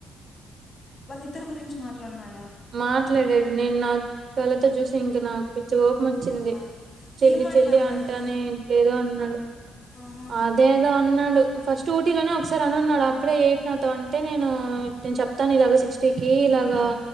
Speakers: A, on the left (about 35°); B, on the right (about 50°).
A: వాళ్ళ ఇద్దరి గురించి మాట్లాడ్ నా
B: మాట్లాడాడు నేను నా కళ్ళతో చూసి ఇంక నాకు పిచ్చ కో వచ్చింది
A: అబ్బా
B: చెల్లి
A: ఏం మాట్లాడినాడు
B: చెల్లి అంటానే ఇట్లా ఏదో అన్నాడు
A: ఆహా
B: అదేదో అన్నాడు ఫస్ట్ ఊటి లోనే ఓ కసారి అని ఉన్నాడు అప్పుడే ఎయిట్ నాతో అంటే నేను నేను చెప్తాను ఇలాగా సిక్ టికి ఇలాగా
A: మ్మ్.